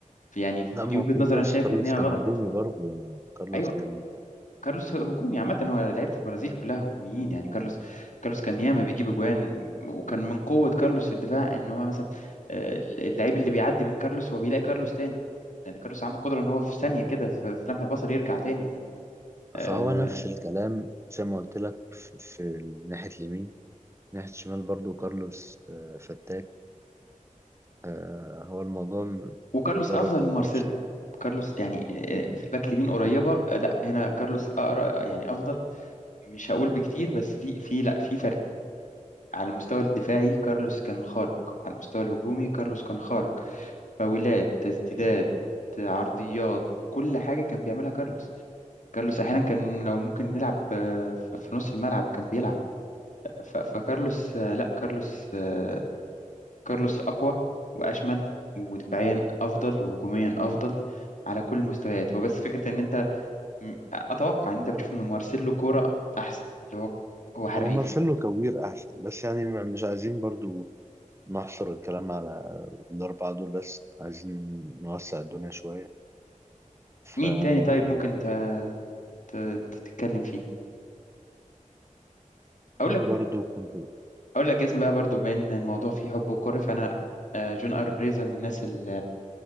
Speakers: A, on the left; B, on the right.
A: يعني
B: لا
A: ودي
B: ما
A: وجهه
B: هو كارلوس
A: نظر انا شايف
B: كارلوس
A: انها
B: كان
A: غلط
B: هجومي برضه يعني كارلوس
A: ايوه
B: كان
A: كارلوس هجومي عامه هو لعيبه البرازيل كلها هجوميين يعني كارلوس كارلوس كان ياما بيجيب اجوان وكان من قوه كارلوس في الدفاع ان هو مثلا آه، اللعيب اللي بيعدي من كارلوس هو بيلاقي كارلوس تاني لان كارلوس عنده قدره ان هو في ثانيه
B: آه.
A: كده في في لمح البصر يرجع تاني آه،
B: فهو نفس الكلام زي ما قلت لك في في ناحيه اليمين ناحيه الشمال برضه كارلوس آه، فتاك آه، هو الموضوع م-
A: وكارلوس
B: مجرد
A: افضل
B: تفضيل
A: من مارسيلو كارلوس يعني آه، آه، في الباك اليمين قريبه آه، لا هنا كارلوس اقرا يعني افضل مش هقول بكتير بس في في لا في فرق على المستوى الدفاعي كارلوس كان خارق على المستوى الهجومي كارلوس كان خارق فاولات تسديدات آه، عرضيات كل حاجه كان بيعملها كارلوس كارلوس احيانا كان لو ممكن نلعب آه، في في نص الملعب كان بيلعب ف- فكارلوس آه، لا كارلوس آه، كارلوس أقوى وأشمل ودفاعيا أفضل وهجوميا أفضل على كل المستويات هو بس فكرة إن أنت م- أتوقع إن أنت بتشوف من مارسيلو كورة أحسن اللي هو هو حريف
B: هو مارسيلو كوير احسن بس يعني م- مش عايزين برضو نحصر الكلام على الأربعة دول بس عايزين نوسع الدنيا شوية فأنا
A: مين تاني طيب ممكن أنت ت- تتكلم فيه أقول لك
B: برضو كنت
A: أقول لك اسم بقى برضو بين الموضوع فيه حب وكورة فأنا آه، جون أرن ريزا من الناس ال-